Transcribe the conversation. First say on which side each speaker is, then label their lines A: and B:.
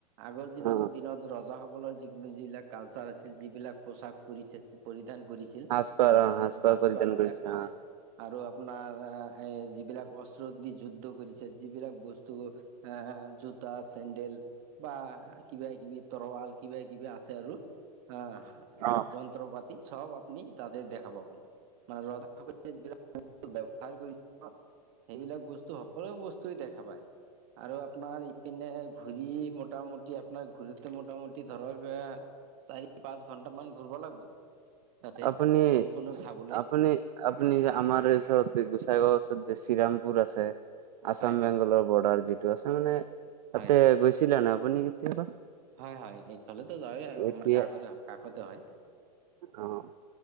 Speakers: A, on the right; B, on the right.
A: আগৰ দিনত-
B: অ
A: দিনত ৰজাসকলৰ যি যিবিলাক কালচাৰ আছিল, যিবিলাক পোচাক পৰি <unintelligible> পৰিধান কৰিছিল,
B: সাজপাৰ অ সাজপাৰ
A: সাজ-
B: পৰিধান
A: পাৰ বিলাক,
B: কৰিছে
A: হয়।
B: অ
A: আৰু আপোনাৰ এ এই যিবিলাক অস্ত্ৰ দি যুদ্ধ কৰিছে, যিবিলাক বস্তু আ জোতা, চেণ্ডেল বা কিবা- কিবি তৰোৱাল কিবা-কিবি আছে আৰু অহ,
B: অ
A: যন্ত্ৰ পাতি, চব আপুনি তাতে দেখা পাব। মানে <unintelligible> সকলে যিবিলাক <unintelligible> ব্যৱহাৰ কৰিছে ন, সেইবিলাক বস্তু <unintelligible> বস্তুয়ে দেখা পায়। আৰু আপোনাৰ ইপিনে ঘূৰি মোটামুটি আপোনাৰ ঘূৰোতে মোটামুটি ধৰক এ চাৰি পাঁচ ঘন্টা মান ঘূৰিব লাগব, তাতে,
B: আপুনি
A: সম্পূৰ্ণ চাবলেই।
B: আপুনি আপুনি যে আমাৰ ওচৰত যে গোচাইগাঁও ওচৰত যে শ্ৰীৰামপুৰ আছে। আচাম
A: হয় হয়
B: বেংগলৰ ব'ৰ্ডাৰ যিটো আছে মানে, তাতে
A: হয়।
B: গৈছিলে নে আপুনি কেতিয়াবা?
A: হয়- হয়, এইফালেতো যাওঁৱে আৰু
B: এতিয়া
A: আমাৰ কাষৰে হয়, কাষতে হয়।
B: অ',